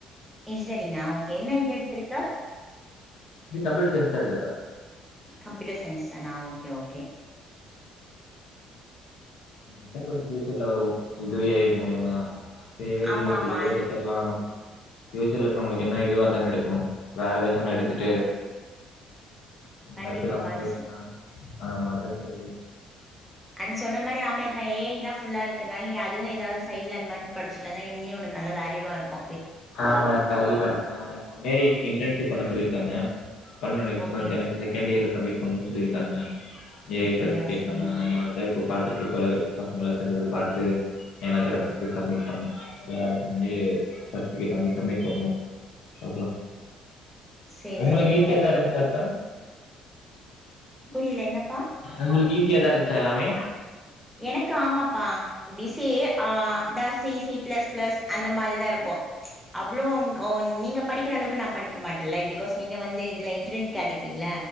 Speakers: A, in the centre; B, on the left.
A: இன்ஜினியரிங்கா ஓகே என்ன இது எடுத்துருக்க
B: இது கம்ப்யூட்டர் சயின்ஸ் தா எடுத்துருக்கே
A: கம்ப்யூட்டர் சயின்ஸ் தானா ஓகே ஓகே
B: இதா கொஞ்சோ ஃபியூச்சர்ல வரு இது ஏ ய் ஜ மூலியமா சேரி
A: ஆமா
B: அப்டின்னு
A: ஆமா
B: தா எடுத் எல்லா ஃபியூச்சர்ல இப்ப நம்மளுக்கு என்ன இதுவோ அதான எடுக்கணு வேற ஏதாச்சு ஒன்ன எடுத்துட்டு
A: கண்டிப்பா
B: வொர்த் இல்லாம
A: பானுசு
B: போயிருச்சின்னா ஆமா அதா சரி
A: அது சொன்ன மாரி ஆமா இப்ப ஏ ஐதா ஃபுல்லா இருக் கனால நீ அதுவு ஏதாவது சைட்ல அந்த மாரி படிச்சுட்டு வந்தா இனியு உனக்கு நல்ல வேல்யூவா இருக்கு
B: ஆமா அக்கா அதுவு கரெக்ட்டுதா ஏ ஐ இன்டர்ன்ஷிப் பண்ண சொல்லிருக்காங்க பண்ணணு நெக்ஸ்ட்
A: ஓகே
B: மந்த் ஏன்னா இப்ப செகண்ட் இயர்ல வெயிட் பண்ணன்னு சொல்லிருக்காங்க ஏ
A: அப்படியா
B: ஐ சர்டிஃபிகேட்
A: சரிம்மா
B: நம்ம மா அதா இப்ப பாத்துட்டு இருக்காரு பசங்களா சேந்து போய் பாத்து எதுனாச்சு ஒரு எடத்துக்கு போய் சப்மிட் பண்ணனு எதுனாலு செஞ்சி சர்டிஃபிகேட் வாங்கி சப்மிட் பண்ணனு பாக்கலா
A: சரி
B: உங்களுக்கு
A: சரி
B: ஈசியாதா
A: ஓகே
B: இருந்துச்சாக்கா
A: புரியல என்னப்பா
B: உங்களுக்கு ஈஸியாதா இருந்துச்சா எல்லாமே
A: எனக்கு ஆமப்பா பிசி ஆ இந்த சி சி பிளஸ் பிளஸ் அந்த மாரிதா இருக்கு அவ்ளோ ஓ நீங்க படிக்கிற அளவுக்கு நா படிக்க மாட்டேல்ல பிகாஸ் நீங்க வந்து இதுல இன்ஜினியரிங் கேட்டகிரில